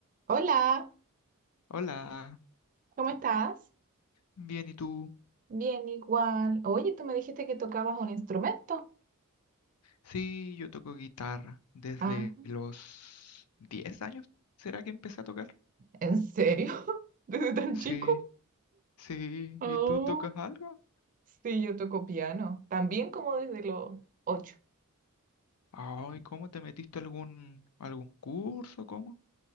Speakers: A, on the right (about 35°); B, on the left (about 85°).
A: Hola,
B: Hola,
A: ¿cómo estás?
B: bien, ¿y tú?
A: Bien, igual. Oye, tú me dijiste que tocabas un instrumento.
B: Sí, yo toco guitarra desde
A: Ah,
B: los 10 años. ¿Será que empecé a tocar?
A: ¿en serio? <laughs> ¿Desde tan
B: Sí,
A: chico?
B: sí,
A: Oh,
B: ¿y tú tocas algo?
A: sí, yo toco piano. También como desde los ocho.
B: Ay, ¿cómo te metiste algún algún curso? ¿Cómo?